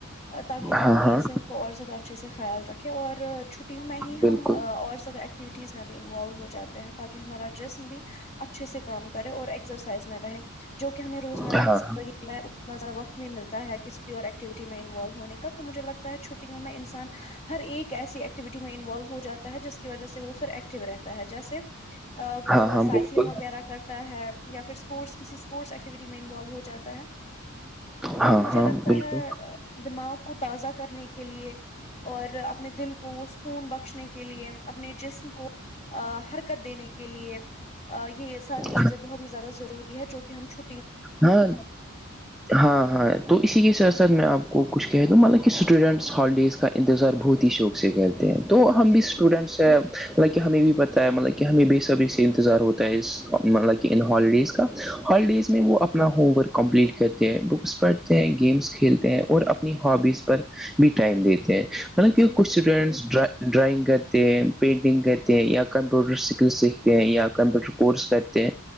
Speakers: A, on the left; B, in the centre.
A: تاکہ ہم
B: ہاں
A: اپنی
B: ہاں
A: صحت کو اور زیادہ اچھے سے خیال رکھیں اور چھٹیوں میں ہی
B: بالکل
A: ہم اور زیادہ ایکٹیوٹیز میں بھی انوالو ہو جاتے تاکہ ہمارا ڈریس بھی اچھا اچھے سے کام کرے اور ایکسرسائز میں رہے جو کہ ہمیں روزمرہ
B: ہاں
A: کی زگی
B: ہاں
A: میں اتنا زیادہ وقت نہیں ملتا ہے کسی اور ایکٹیوٹی میں انوالو ہونے کا تو مجھے لگتا ہے چھٹیوں میں انسان ہر ایک ایسی ایکٹیویٹی میں انوالو ہو جاتا ہے جس کی وجہ سے وہ پھر ایکٹو رہتا ہے جیسے وہ
B: ہاں ہاں
A: سائیکلنگ
B: بالکل
A: وغیرہ کرتا ہے یا پھر اسپورٹس کسی اسپورٹس ایکٹیویٹی میں انوالو ہو جاتا ہے تو
B: ہاں
A: مجھے
B: ہاں
A: لگتا
B: بالکل
A: ہے دماغ کو تازہ کرنے کی کے لیے اور اپنے دل کو سکون بخشنے کے لیے اپنے جسم کو حرکت دینے کے لیے یہ ساری
B: ہاں
A: چیزیں بہت ہی زیادہ ضروری ہے جو کہ ہم چھ
B: ہاں ہاں ہاں تو اسی کے ساتھ ساتھ میں آپ کو کچھ کہہ دوں مطالانہ اسٹوڈینٹس ہالیڈیز کا انتظار بہت ہی شوق سے کہتے ہیں تو ہم
A: جی
B: بھی اسٹوڈینٹس
A: بالکل
B: ہیں مطلب کہ ہمیں بھی پتہ ہے مطلب کہ ہمیں بے صبری سے انتظار ہوتا ہے مطلب کہ ان ہالیڈیز کا ہالیڈیز میں وہ اپنا ہوم ورک کمپلیٹ کرتے ہیں بکس پڑھتے ہیں گیمس کھیلتے ہیں اور اپنی ہابیز بھی ٹائم دیتے ہیں مطلب کہ
A: جی
B: کچھ اسٹوڈینٹس
A: بالکل
B: ڈر ڈرائنگ کرتے ہیں پینٹنگ کرتے ہیں یا کمپیوٹر سکل سیکھتے ہیں یا کمپیوٹر کورس کرتے ہیں